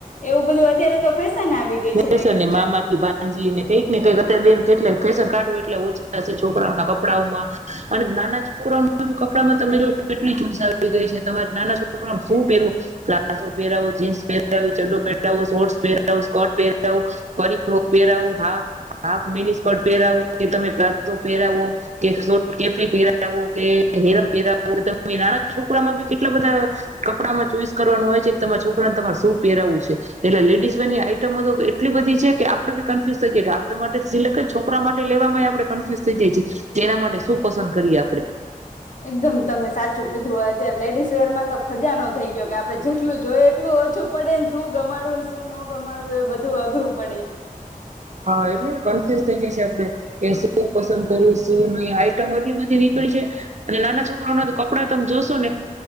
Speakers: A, on the left (about 55°); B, on the right (about 50°).
A: એવું બધું અત્યારે તો ફેશન આવી ગઈ
B: ભેસ
A: છે લેડીઝ
B: અને મામાથી
A: વેરમાં
B: ભાનજી કઈક ને કઈક અત્યારે બે કેટ ફેશન કાઢવો એટલા ઓછા છે છોકરાઓ ના કપડાઓમાં અને નાના છોકરાઓ કપડામાં તમે જો કેટલી ચોઈસ આવી ગઈ છે તમારે નાના છોકરાને શું પહેરવું પ્લાઝો પહેરાવો જીન્સ પહેરાવી ચડો પહેરાવો શોર્ટ પહેરાવો સ્કર્ટ પેરાવો કરી ફ્રોક પેરાવુ હા હાફ મેની સ્કર્ટ પહેરાવવું કે તમે પ્લાઝો પહેરાવો કે શોટ કેપલી પહેરાવો કે હેરમ પહેરાવો કે તમે નાના છોકરામાં બી કેટલા બધા કપડામાં ચોઈસ કરવાનું હોય છે કે તમારા છોકરાને તમારે શું પહેરાવું છે એટલે લેડીઝ વેરની આઈ ટમો તો એટલી બધી છે કે આપડે બી કન્ફ્યુઝ થઈ જાય આપ માટે સિલેક્ટ છોકરા માટે લેવામાં આપણેે કન્ફ્યુઝ થઈ જાયીએ એના માટે શું પસંદ કરીએ આપણે
A: એકદમ તમે સાચું કીધું અત્યારે લેડીસ વેરમાં તો ખજાનો થઇ ગયો કે આપડણે જેટલું જોયે એટલું ઓછું પડેને શું ગમાડુને શું ન ગમાડુ એ બધું અઘરું પડે
B: હા એટલે કન્ફ્યુઝ થઈ જશે આપે કે શું પસંદ કરું શું ન આઈટમ એટલી બધી નીકળી છે અને નાના છોકરો ના તો કપડા તમે જોશો ને